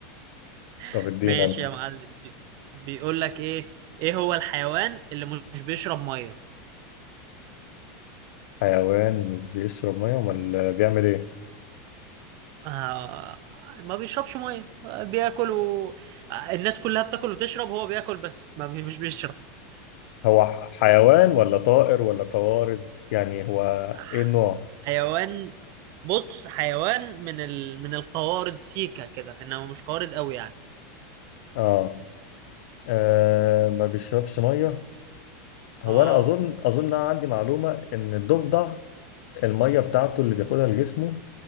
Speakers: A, on the right; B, on the left.
A: <laughs>
B: طب ادينا
A: ماشي
B: انت
A: يا معلم بي- بيقول لك ايه ايه هو الحيوان اللي مش بيشرب مية
B: حيوان مش بيشرب ميه امال بيعمل ايه
A: آه ما بيشربش مية آه، بياكل و... آه، الناس كلها بتاكل وتشرب هو بياكل بس ما بي... مش بيشرب
B: هو ح- حيوان ولا طائر ولا قوارض يعني هو
A: آه،
B: ايه النوع
A: حيوان بص حيوان من ال... من القوارض سيكا كده انما مش قوارض قوي يعني
B: اه, آه ما بيشربش ميه هو
A: اه
B: انا اظن اظن أنا عندي معلومه ان الضفدع المية بتاعته اللي بياخدها لجسمه